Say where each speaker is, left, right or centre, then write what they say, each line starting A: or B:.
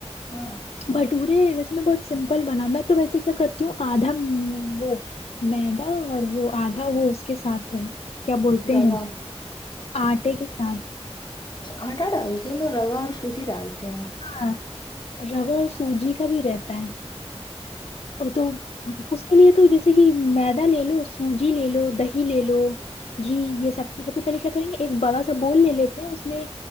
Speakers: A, on the left (about 40°); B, on the left (about 65°).
A: ہاں
B: کٹورے ویسے میں بہت سمپل بنا میں تو ویسے کیا کرتی ہوں آدھا وہ میدا اور وہ آدھا وہ اس کے ساتھ کیا بولتے
A: روا
B: ہیں آٹے کے ساتھ
A: چا آٹا ڈالتی ہے میں روا اور س چی ڈالتے ہیں <unintelligible>
B: ہاں روا اور سوجی کا بھی رہتا ہے اور تو اس کے لیے تو جیسے کہ میدا لے لو سوجی لے لو دہی لے لو گھی یہ سب سب سے پہلے کیا کریں گے ایک بڑا سا بول لے لیتے ہیں اس میں